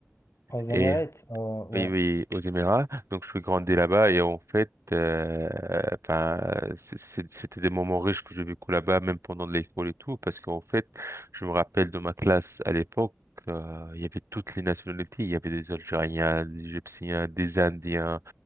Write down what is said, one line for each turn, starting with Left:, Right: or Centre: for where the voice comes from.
Left: Aux Émirats,
Right: Et
Left: euh, ouais,
Right: oui, oui, aux Émirats. Donc, je suis grandi là-bas et en fait, euh, enfin, c'est- c'est- c'était des moments riches que j'ai vécu là-bas, même pendant l'école et tout, parce qu'en fait, je me rappelle de ma classe à l'époque, euh, il y avait toutes les nationalités. Il y avait des Algériens, des Égyptiens, des Indiens,